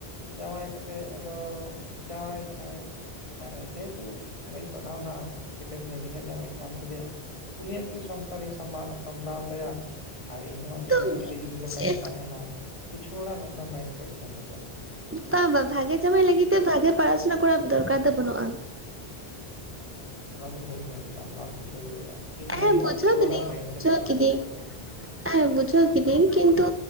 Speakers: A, on the left; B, on the right.
A: ᱡᱟᱶᱟᱭ ᱠᱟᱛᱮᱫ ᱟᱫᱚ ᱡᱟᱶᱟᱭ ᱡᱟᱦᱟᱸᱭᱼᱼ ᱢᱟᱱᱮ ᱡᱮᱦᱮᱛᱩ ᱩᱱᱟᱹᱜᱧ ᱯᱟᱲᱦᱟᱣᱼᱱᱟ ᱢᱤᱫᱴᱮᱱ ᱵᱷᱟᱹᱜᱤ ᱧᱚᱜ ᱧᱟᱢᱚᱜ ᱤᱧ ᱧᱟᱢ ᱠᱮᱫᱮᱭᱟᱼᱼ ᱩᱱᱤᱭᱟᱜ ᱜᱮ ᱥᱚᱝᱥᱟᱨᱤᱧ ᱥᱟᱢ ᱥᱟᱢᱞᱟᱣ ᱛᱟᱭᱟ ᱟᱨ ᱤᱧ ᱦᱚᱸ ᱩᱱᱤᱨᱮᱱᱼᱼ
B: ᱛᱚ
A: ᱛᱤᱨ ᱡᱩᱨᱤ ᱞᱮᱠᱟᱧ
B: ᱪᱮᱫ
A: ᱛᱟᱦᱮᱱᱟ, ᱠᱤᱪᱷᱩ ᱦᱚᱲᱟᱜ ᱱᱚᱝᱠᱟ ᱢᱟᱭᱤᱱ ᱥᱟᱹᱤᱴ ᱛᱟᱦᱮᱱ ᱛᱟᱠᱚᱣᱟ᱾
B: ᱵᱟᱝ ᱵᱟᱝ ᱵᱷᱟᱜᱮ ᱡᱟᱶᱟᱭ ᱞᱟᱹᱜᱤᱫ ᱛᱮᱫᱚ ᱵᱷᱟᱜᱮ ᱯᱟᱲᱟᱥᱩᱱᱟ ᱠᱚᱨᱟᱣ ᱫᱚᱨᱠᱟᱨ ᱫᱚ ᱵᱟᱹᱱᱩᱜᱼᱟ᱾
A: ᱚᱱᱟᱫᱚ ᱵᱟᱹᱧ ᱢᱮᱱᱮᱫᱟ, ᱵᱟᱢ ᱵᱩᱡᱷᱟᱹᱣ ᱫᱟᱲᱮᱭᱟᱫᱟ ᱤᱧ
B: ᱦᱮᱸ
A: ᱢᱮᱱ ᱮᱫᱟ
B: ᱵᱩᱡᱷᱟᱹᱣ
A: ᱠᱤᱪᱷᱩ
B: ᱠᱤᱫᱟᱹᱧ
A: ᱦᱚᱲᱟᱜ ᱢᱟᱭᱤᱱ
B: ᱵᱩᱡᱷᱟᱹᱣ
A: ᱥᱟᱼᱤᱴ ᱚᱱᱠᱟ
B: ᱠᱤᱫᱟᱹᱧ
A: ᱛᱟᱦᱮᱱ ᱛᱟᱠᱚᱣᱟ᱾
B: ᱦᱮᱸ ᱵᱩᱡᱷᱟᱹᱣ ᱠᱤᱫᱤᱣ, ᱠᱤᱱᱛᱩᱼᱼ